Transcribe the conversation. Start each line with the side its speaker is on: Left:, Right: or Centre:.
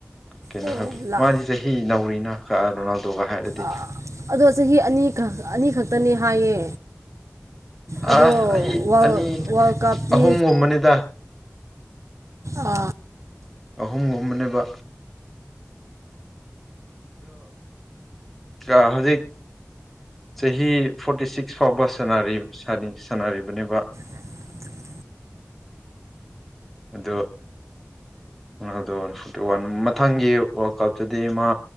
Centre: ꯀꯩꯅꯣ
Right: ꯑꯣ
Centre: ꯍꯥꯏꯕ
Right: ꯂꯥ
Centre: ꯃꯥꯗꯤ ꯆꯍꯤ ꯅꯧꯔꯤꯅ ꯔꯣꯅꯥꯜꯗꯣꯒ ꯍꯥꯏꯔꯗꯤ
Right: ꯑꯥ ꯑꯗꯣ ꯆꯍꯤ ꯑꯅꯤꯈꯛ ꯑꯅꯤꯈꯛꯇꯅꯤ ꯍꯥꯏꯌꯦ ꯑꯗꯣ
Centre: ꯑ ꯑ
Right: ꯋꯥꯔꯜ
Centre: ꯑꯅꯤ
Right: ꯋꯥꯔꯜ ꯀꯞꯇꯤ
Centre: ꯑꯍꯨꯝꯒꯨꯝꯕꯅꯤꯗ
Right: ꯑ
Centre: ꯑꯍꯨꯝꯒꯨꯝꯕꯅꯦꯕ ꯑꯣ ꯍꯧꯖꯤꯛ ꯆꯍꯤ ꯐꯣꯔꯇꯤ ꯁꯤꯛꯁ ꯐꯥꯎꯕ ꯁ ꯁꯥꯟꯅꯔꯤꯕꯅꯦꯕ
Right: <unintelligible>
Centre: ꯑꯗꯣ ꯀꯩꯅꫭꯗꯥ ꯐꫭꯔꯇꯤ ꯋꯥꯟ ꯃꯊꯪꯒꯤ ꯋꯥꯔꯜ ꯀꯞꯇꯗꯤ ꯃꯥ